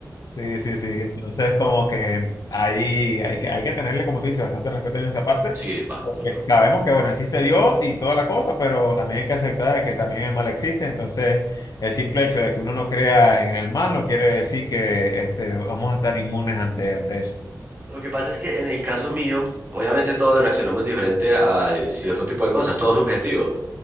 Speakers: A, on the left; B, on the right.
A: sí, sí. sí. Entonces, como que ahí hay que, hay que tenerle, como tú dices, bastante respeto en esa parte,
B: Sí, va,
A: porque
B: mucho.
A: sabemos que, bueno, existe Dios y toda la cosa, pero también hay que aceptar que también el mal existe. Entonces, el simple hecho de que uno no crea en el mal no quiere decir que este, vamos a estar inmunes ante, ante eso.
B: Lo que pasa es que en el caso mío, obviamente todos reaccionamos diferente a eh, cierto tipo de cosas, todo es subjetivo.